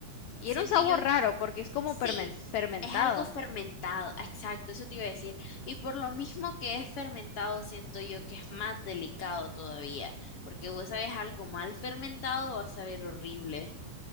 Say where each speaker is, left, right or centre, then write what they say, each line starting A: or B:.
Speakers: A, on the left; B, on the left.
A: Y
B: siento
A: era un sabor
B: yo
A: raro porque es como
B: Sí,
A: permen- fermentado.
B: es algo fermentado, exacto, eso te iba a decir. Y por lo mismo que es fermentado, siento yo que es más delicado todavía, porque vos sabes algo mal fermentado, vas a ver horrible.